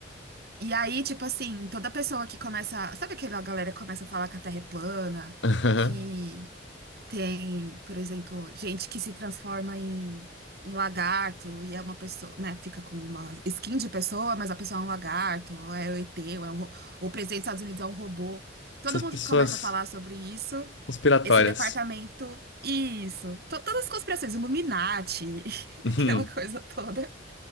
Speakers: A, on the right; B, on the left.
A: E aí, tipo assim, toda pessoa que começa. Sabe aquela galera que começa a falar que a Terra é plana,
B: <laughs>
A: que Tem, por exemplo, gente que se transforma em, em lagarto e é uma pessoa, né? Fica com uma skin de pessoa, mas a pessoa é um lagarto, ou é o ET, ou, é um, ro- ou o presidente dos Estados Unidos é um robô. Todo
B: Essas
A: mundo
B: pessoas
A: que começa a falar sobre isso,
B: conspiratórias.
A: esse departamento, isso. To- todas as conspirações, Illuminati, <laughs>
B: <laughs>
A: aquela coisa toda.